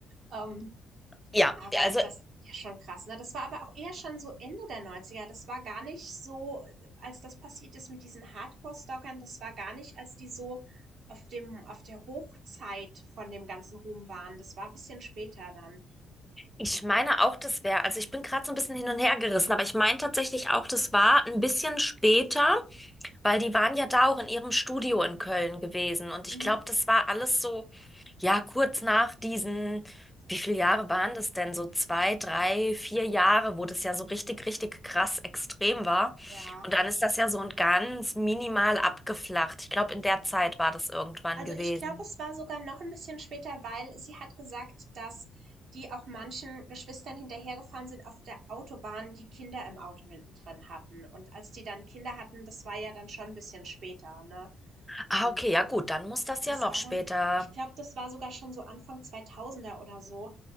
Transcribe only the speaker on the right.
Ähm,
aber
das, ja, schon krass. Ne? Das war aber auch eher schon so Ende der Neunziger. Das war gar nicht so, als das passiert ist mit diesen Hardcore-Stalkern, das war gar nicht, als die so auf dem, auf der Hochzeit von dem ganzen Ruhm waren. Das war ein bisschen später dann.
Mhm.
Ja,
Also,
ich glaube, es war sogar noch ein bisschen später, weil sie hat gesagt, dass die auch manchen Geschwistern hinterhergefahren sind auf der Autobahn, die Kinder im Auto hinten drin hatten. Und als die dann Kinder hatten, das war ja dann schon ein bisschen später, ne? Ähm,
das
war
dann ich glaube, das war sogar schon so Anfang zweitausender oder so.